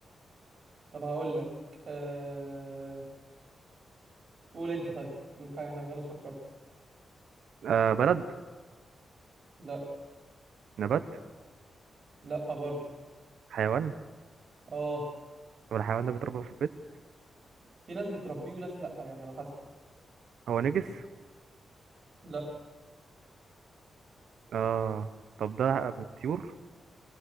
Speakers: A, on the right (about 50°); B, on the right (about 80°).
A: طب هقول لك أه... قول انت طيب قول حاجة انا خلاص فكرت
B: آه بلد
A: لا
B: نبات
A: لا برضه
B: حيوان
A: اه
B: طب الحيوان ده بيتربى في البيت
A: في ناس بتربيه وناس لا يعني على حسب
B: هو نجس
A: لا
B: اه طب ده من الطيور